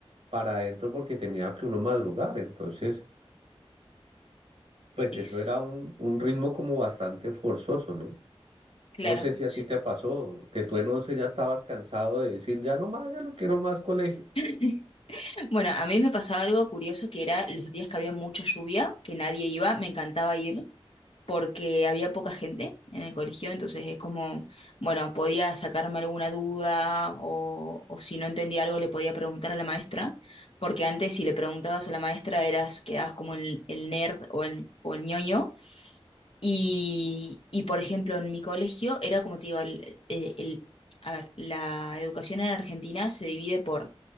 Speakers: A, on the right (about 75°); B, on the left (about 65°).
A: para adentro porque tenía que uno madrugar. Entonces, pues
B: es
A: eso era un, un ritmo como bastante forzoso, ¿no?
B: claro.
A: No sé si a
B: sí.
A: ti te pasó, que tú en 11 ya estabas cansado de decir, ya no más, ya no quiero más colegio.
B: <laughs> Bueno, a mí me pasaba algo curioso que era los días que había mucha lluvia, que nadie iba, me encantaba ir porque había poca gente en el colegio, entonces es como, bueno, podía sacarme alguna duda o, o si no entendía algo le podía preguntar a la maestra, porque antes si le preguntabas a la maestra eras, quedabas como el, el nerd o el, o el ñoño Y, y, por ejemplo, en mi colegio era como te digo, el, el- el- a ver, la educación en Argentina se divide por